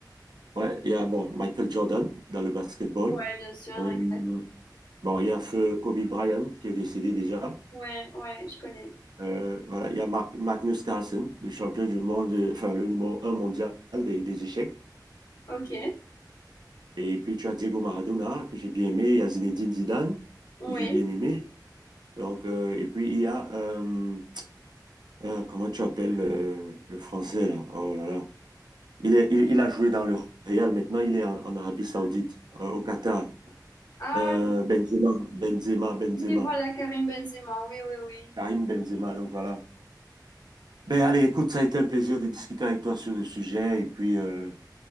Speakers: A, on the right; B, on the left.
A: Ouais, il y a bon, Michael Jordan dans le basketball.
B: Ouais, bien sûr, un
A: Euh,
B: classique.
A: bon, il y a feu Kobe Bryant qui est décédé déjà.
B: Ouais, ouais, je connais.
A: Euh, voilà, il y a Mar- Magnus Carlsen, le champion du monde, euh, enfin le numéro un mondial des, des échecs.
B: Ok,
A: Et puis tu as Diego Maradona que j'ai bien aimé, il y a Zinedine Zidane
B: oui.
A: que j'ai bien aimé. Donc euh, et puis il y a euh, euh, comment tu appelles euh, le français là? Oh là là. Il est, il, il a joué dans le Real, maintenant il est en, en Arabie Saoudite, euh, au Qatar.
B: Ah,
A: Euh, Benzema, Benzema, Benzema,
B: oui, voilà, Karim Benzema, oui, oui, oui.
A: Karim Benzema, donc voilà. Ben allez, écoute, ça a été un plaisir de discuter avec toi sur le sujet et puis euh,